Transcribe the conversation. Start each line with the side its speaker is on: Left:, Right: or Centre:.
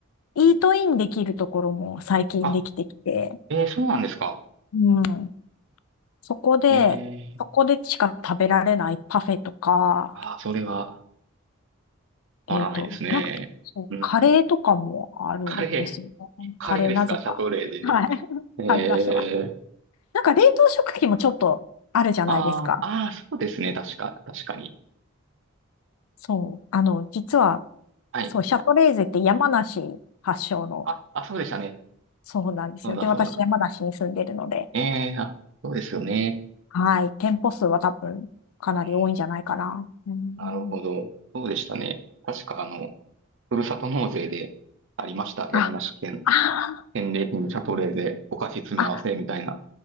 Left: イートインできるところも最近できてきて、
Right: あ、えー、そうなんですか。
Left: うん、そこで、
Right: えー、
Left: そこでしか食べられないパフェとか、
Right: あー、それは、わわらないですね。
Left: えっと、なんか、そう、
Right: うん。
Left: カレーとかもあるんですよね。
Right: カレー、カレーですかシャトレーゼで。
Left: カレーなぜか。<laughs> はい。<laughs>
Right: えー、
Left: カレー出してます。なんか冷凍食品もちょっとあるじゃないですか。
Right: あー、あー、そうですね。確か、確かに。
Left: そう。あの、実は、
Right: はい。
Left: そう、シャトレーゼって山梨発祥の、
Right: あ、あ、そうでしたね。
Left: そうなんですよ。
Right: そうだ、
Left: で、
Right: そうだ。
Left: 私山梨に住んでるので、
Right: えー、あ、そうですよね。
Left: はい。店舗数は多分かなり多いんじゃないかな。
Right: うん、
Left: うん。
Right: なるほど。そうでしたね。確か、あの、ふるさと納税でありました。山梨県
Left: あ、あー、
Right: 返礼品シャトレーゼお菓子詰め合わせみたいな。
Left: あ、